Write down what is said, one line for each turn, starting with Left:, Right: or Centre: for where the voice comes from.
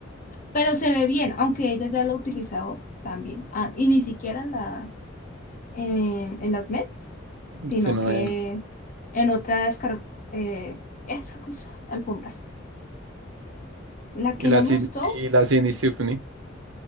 Left: pero se ve bien, aunque ella ya lo ha utilizado también. Ah, y ni siquiera en las, en, en las Met, sino
Right: Si no,
Left: que
Right: eh,
Left: en otras car- eh, eso, pues, alfombras. La que
Right: Y la,
Left: no
Right: Sid-
Left: me gustó,
Right: y la Sydney Symphony.